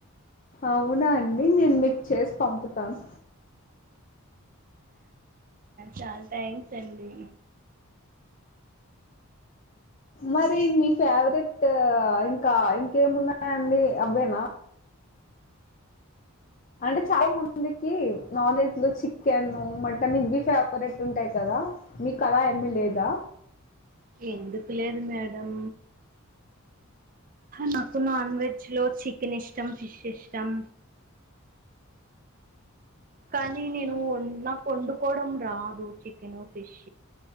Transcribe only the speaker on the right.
చాలా థాంక్స్ అండి.
ఎందుకు లేదు మేడం. నాకు నాన్ వెజ్ లో చికెన్ ఇష్టం ఫిష్ ఇష్టం. కానీ
నేను వం- నాకు వండుకోవడం రాదు చికెన్ ఫిష్